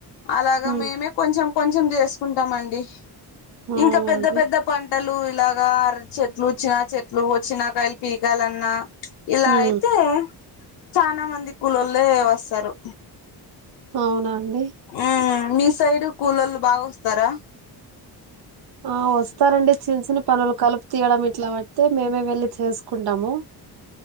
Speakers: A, on the left (about 85°); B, on the right (about 65°).
A: అలాగా
B: ఉమ్
A: మేమే కొంచెం కొంచెం చేసుకుంటామండి
B: అవునా
A: ఇంకా పెద్ద
B: అండి
A: పెద్ద పంటలు ఇలాగా అర చెట్లు వచ్చినా చెట్లు వచ్చినా కాయలు పీకాలన్నా ఇలా
B: హ్మ్
A: అయితే చనా మంది కూలలే వస్తారు
B: అవునా అంది
A: మ్మ్ మీ సైడ్ కూలలు బాగా వస్తారా
B: ఆ వస్తారంండి చిన్న చిన్న పనులు కలుపు తీయడం ఇట్లా బట్టి మేమే వెళ్లి చేసుకుంటాము